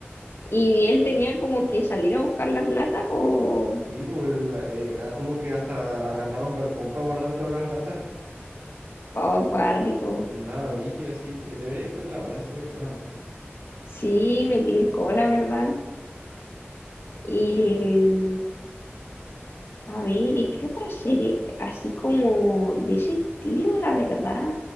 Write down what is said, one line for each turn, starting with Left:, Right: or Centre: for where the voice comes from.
Left: y él tenía como que salir a buscar las latas o...?
Right: Sí, pues el- eh, ah, tuvo que hasta arrendar un galpón para guardar todas las latas.
Left: Oh, cuático.
Right: Y andaba brígida, sí, sí. Deberéis verla, weón, es súper buena.
Left: Sí, me tincó, la verdad. Y... mm, A ver, ¿y qué otra serie? Así como de ese estilo, la verdad,